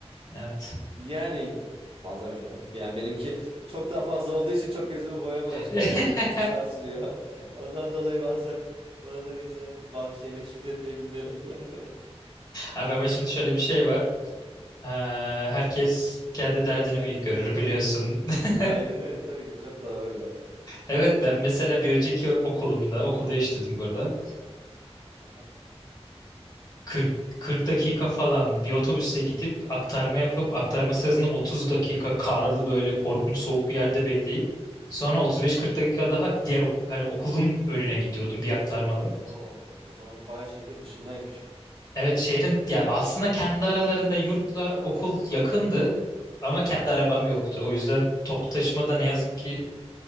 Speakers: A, on the left; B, on the right.
A: Evet.
B: Yani fazlamış. <laughs> Yani benimki çok daha fazla olduğu için çok gözümü boyamadı açıkçası.
A: <laughs>
B: Benim bir buçuk saat sürüyor. <laughs> Ondan dolayı bazen bazen insan bazı şeyleri şükretmeyebilmeli. <laughs>
A: Abi ama şimdi şöyle bir şey var. Ee, herkes kendi derdini
B: Kendi
A: büyük görür
B: de öyle. Aynen.
A: biliyorsun.
B: Büyük
A: <laughs>
B: yer. Aynen öyle. Tabii ki çok doğru bir laf.
A: Evet ben mesela bir önceki okulumda okul değiştirdim bu arada.
B: Aha.
A: 40 40 dakika falan bir otobüsle gidip aktarma yapıp aktarma sırasında 30 dakika karlı böyle korkunç soğuk bir yerde bekleyip sonra 35-40 dakika daha diğer ok hani okulun önüne gidiyordum bir aktarmalı.
B: Oo, o zaman o bayağı şehrin dışındaymış.
A: Evet şehrin ya aslında kendi aralarında yurtla okul yakındı ama kendi arabam yoktu. O yüzden toplu taşımada ne yazık ki